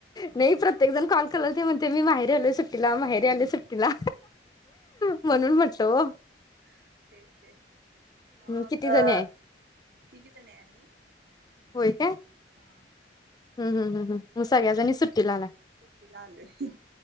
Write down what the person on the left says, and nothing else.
नाई प्रत्येक जण कॉल कराल ते म्हणते मी माहेरी आलोय सुट्टीला माहेरी आलो सुटीला म्हणून म्हटलं ओ
किती जणी आहे होय काय हम् हम् हम्म मग सगळ्याजणी सुट्टीला आला